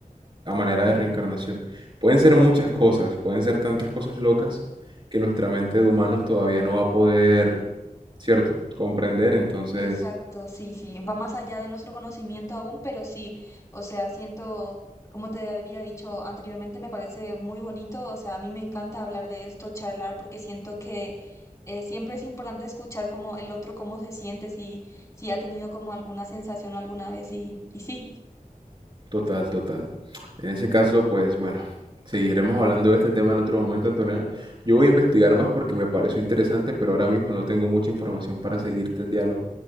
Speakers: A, on the right; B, on the left.
A: a manera de reencarnación. Pueden ser muchas cosas, pueden ser tantas cosas locas que nuestra mente de humanos todavía no va a poder, ¿cierto?, comprender. Entonces,
B: exacto, sí, sí, va más allá de nuestro conocimiento aún, pero sí, o sea, siento, como te había dicho anteriormente, me parece muy bonito, o sea, a mí me encanta hablar de esto, charlar, porque siento que eh, siempre es importante escuchar como el otro cómo se siente, si, si ha tenido como alguna sensación alguna vez y, y sí,
A: Total, total. En ese caso, pues bueno, seguiremos hablando de este tema en otro momento, Antonella. Yo voy a investigar más porque me pareció interesante, pero ahora mismo no tengo mucha información para seguirte el diálogo.